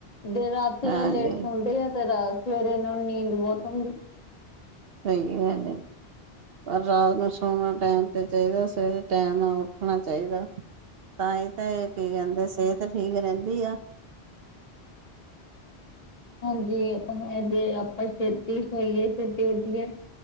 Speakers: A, on the left; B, on the right.
A: ਦੇ ਰਾਤੀ
B: ਹਾਂਜੀ
A: ਇਹ ਲੇਟ ਸੌਦੇ ਆ ਤੇ ਸਵੇਰੇ ਇਹਨਾਂ ਨੂੰ ਨੀਂਦ ਬਹੁਤ ਆਉਂਦੀ।
B: ਸਹੀ ਗੱਲ ਐ। ਪਰ ਰਾਤ ਨੂੰ ਸੋਣਾ ਟੈਮ ਤੇ ਚਾਹੀਦਾ ਸਵੇਰੇ ਟੈਮ ਨਾਲ ਉੱਠਣਾ ਚਾਹੀਦਾ। ਤਾਂ ਹੀ ਤਾਂ ਇਹ ਕੀ ਕਹਿੰਦੇ ਸਿਹਤ ਠੀਕ ਰਹਿੰਦੀ ਐ।
A: ਹਾਂਜੀ, ਆਪਾਂ ਜੇ ਆਪਾਂ ਛੇਤੀ ਸੋਇਏ ਛੇਤੀ ਉੱਠੀਏ।